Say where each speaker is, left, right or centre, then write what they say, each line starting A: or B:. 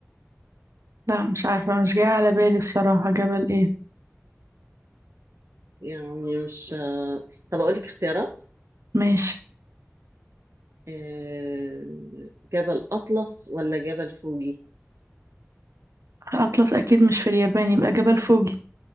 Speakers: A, on the right; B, on the right.
A: لا مش عارفة مش جاية على بالي بصراحة جبل ايه
B: يعني مش طب اقول لك اختيارات
A: ماشي
B: آه، جبل أطلس ولا جبل فوجي
A: أطلس أكيد مش في اليابان يبقى جبل فوجي